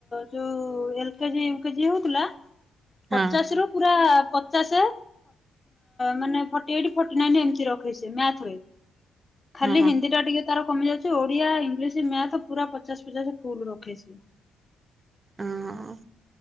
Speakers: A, on the left (about 30°); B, on the right (about 30°).
A: ଯୋଉ ଏଲ କେଜି ଉଈ କେଜି ହଉଥିଲା ପଚାଶ
B: ହଁ
A: ରୁ ପୁରା ପଚାଶ ମାନେ ଏଇ ଫଟି ଏଇଟି ଫଟି ନାଇ ଏମତି ରଖେ ମ୍ୟାଥରେ ଖାଲି
B: ହଁ
A: ହିନ୍ଦୀ ଟା ଟିକେ ତାର କମି ଯାଉଛି ଓଡିଆ ଇଂଲିଶ ମ୍ୟାଥ ପୁରା ପଚାଶ ରୁ ପଚାଶ ଫୁଲ ରଖେ ସେ
B: ହଁ